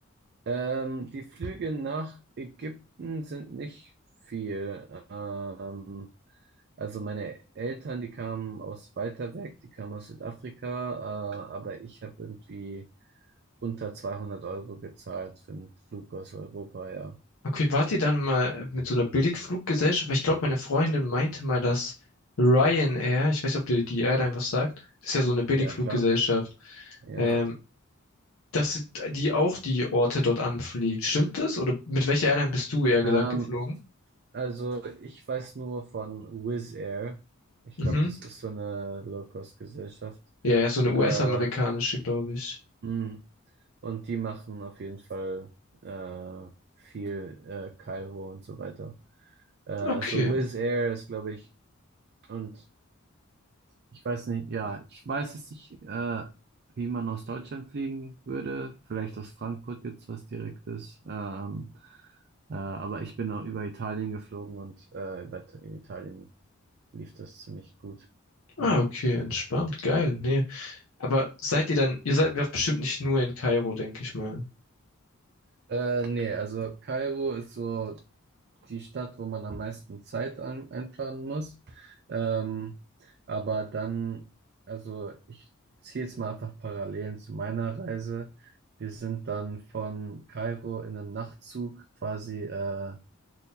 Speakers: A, on the right; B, on the left.
A: Ähm, die Flüge nach Ägypten sind nicht viel. Ähm, also meine Eltern, die kamen aus weiter weg, die kamen aus Südafrika, äh, aber ich habe irgendwie unter 200 Euro gezahlt für einen Flug aus Europa, ja.
B: Okay, wart ihr dann mal mit so einer Billigfluggesellschaft? Weil Ich glaube, meine Freundin meinte mal, dass Ryanair, ich weiß nicht, ob dir die Airline was sagt, das ist ja so eine Billigfluggesellschaft,
A: Ja, klar, ja.
B: ähm, dass die auch die Orte dort anfliegt. Stimmt das? Oder mit welcher Airline bist du eher
A: Ähm,
B: gesagt geflogen?
A: also ich weiß nur von Wizz Air. Ich
B: Mhm.
A: glaube, das ist so eine Low-Cost-Gesellschaft.
B: Ja, ja, so eine
A: Äh,
B: US-amerikanische, glaube ich.
A: Mhm. Und die machen auf jeden Fall äh, viel äh, Kairo und so weiter. Äh, also
B: Okay.
A: Wizz Air ist, glaube ich, und ich weiß nicht, ja, ich weiß es nicht, äh, wie man aus Deutschland fliegen würde. Vielleicht aus Frankfurt gibt's was Direktes. Ähm, äh, aber ich bin auch über Italien geflogen und äh, über, in Italien lief das ziemlich gut.
B: Ah,
A: Ja.
B: okay, entspannt. Geil. Nee. Aber seid ihr dann, ihr seid ja bestimmt nicht nur in Kairo, denke ich mal.
A: Äh, nee, also Kairo ist so. die Stadt, wo man am meisten Zeit ein, einplanen muss. Ähm, aber dann, also ich ziehe jetzt mal einfach Parallelen zu meiner Reise. Wir sind dann von Kairo in einem Nachtzug quasi äh,